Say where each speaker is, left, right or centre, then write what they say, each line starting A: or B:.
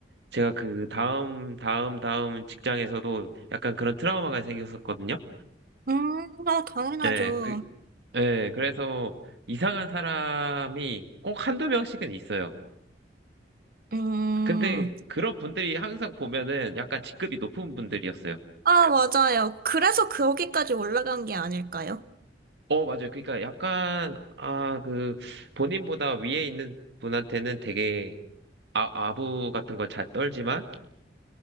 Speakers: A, on the right; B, on the right.
A: 제가 그 다음, 다음, 다음 직장에서도 약간 그런 트라우마가 생겼었거든요.
B: 음, 어, 당연하죠.
A: 네, 그, 예, 그래서 이상한 사람이 꼭 한두 명씩은 있어요.
B: 음.
A: 근데 그런 분들이 항상 보면은 약간 직급이 높은 분들이었어요.
B: 아, 맞아요. 그래서 거기까지 올라간 게 아닐까요?
A: 어, 맞아요. 그러니까 약간, 아, 그, 본인보다 위에 있는 분한테는 되게 아, 아부 같은 걸 잘 떨지만